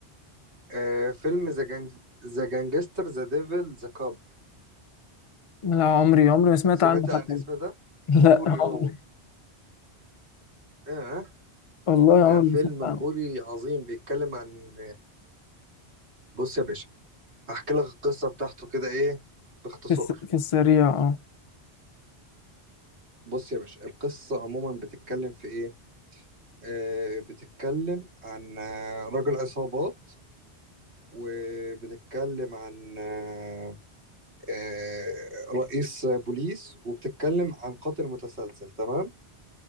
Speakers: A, on the right; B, on the left.
A: آه فيلم ذا جانج ذا جانجستر ذا ديفل ذا كاب
B: لا عمري عمري ما سمعت
A: سمعت
B: عنه
A: عن
B: حتى
A: الاسم ده
B: لا
A: كوري هو
B: عمري
A: اه
B: والله
A: ده
B: عمري
A: فيلم
B: ما سمعت عنه
A: كوري عظيم بيتكلم عن بص يا باشا هحكي لك القصة بتاعته كده ايه باختصار
B: في الس... في السريع اه
A: بص يا باشا القصة عموما بتتكلم في ايه آه بتتكلم عن آه، رجل عصابات وبتتكلم عن آه آه، رئيس بوليس وبتتكلم عن قاتل متسلسل تمام